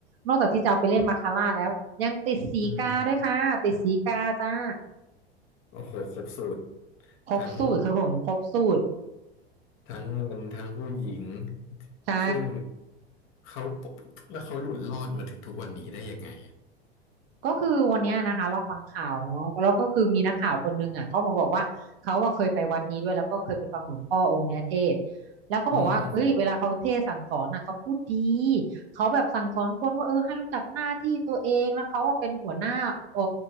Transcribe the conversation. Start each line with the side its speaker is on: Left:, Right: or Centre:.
Right: นอกจากที่จะเอาไปเล่นมาคาร่าแล้วยังติดสีกาด้วยค่ะติดสีกาจ้า
Left: อืมโอ้โหครบสูตร
Right: ครบสูตรครับผมครบสูตร
Left: ทั้ง ทั้งเงินทั้งผู้หญิง
Right: ใช่
Left: ซึ่งเขาแล้วเขาหลุดรอดมาถึงทุกวันนี้ได้ยังไงอ่ะ
Right: ก็คือวันเนี้ยนะคะเราฟังข่าวเนาะแล้วก็คือมีนักข่าวคนนึงอ่ะเขามาบอกว่าเขาอ่ะเคยไปวัดนี้ด้วยแล้วก็เคยไปฟังหลวงพ่อองค์เนี้ยเทศน์แล้วเขาบอกว่าเอ้ยเวลาเขาเทศน์สั่งสอนน่ะเขาพูดดี
Left: อืม
Right: เขาแบบสั่งสอนคนว่าเออให้รู้จักหน้าที่ตัวเองแล้วเขาอ่ะเป็นหัวหน้าเออ